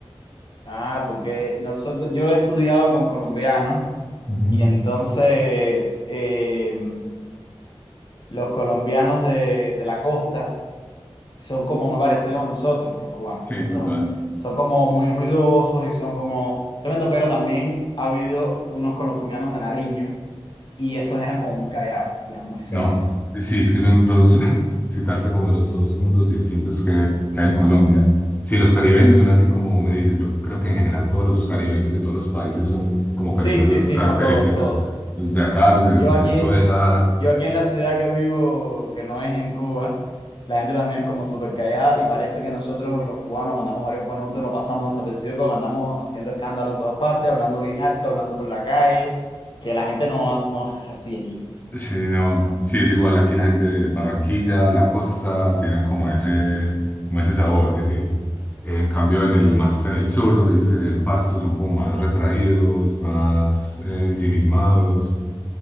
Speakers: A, on the left; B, on the left.
A: Ah, porque nosotros, yo he estudiado con colombianos
B: Ujú.
A: y entonces, eh, los colombianos de, de la costa son como muy parecidos a nosotros, los cubanos.
B: Sí,
A: Entonces
B: total.
A: son, son como muy ruidosos y son como tremendo, pero también ha habido unos colombianos de Nariño y esos eran como muy callados, eran muy serios.
B: No, sí, es que son dos, <laughs> citaste como los dos mundos distintos que, que hay en Colombia. Sí, los caribeños son así como me dices, yo creo que en general todos los caribeños de todos los países son como con
A: Sí,
B: esas
A: sí, sí,
B: características.
A: no, todos, todos.
B: Los de acá, los
A: Yo
B: de Venezuela,
A: aquí, yo aquí en la ciudad que vivo, que no es en Cuba, la gente también es como súper callada y parece que nosotros los cubanos, cuando andamos varios cubanos juntos, no pasamos desapercibidos porque andamos haciendo escándalo en todas partes, hablando bien alto, hablando por la calle, que la gente no, no es así allí.
B: sí, no, sí, es igual aquí la gente de Barranquilla, la costa, tienen como ese, como ese sabor, y así. En cambio, en el
A: Sí.
B: más en el sur, donde dices eh, en Pasto, son como más retraídos, más eh, ensimismados.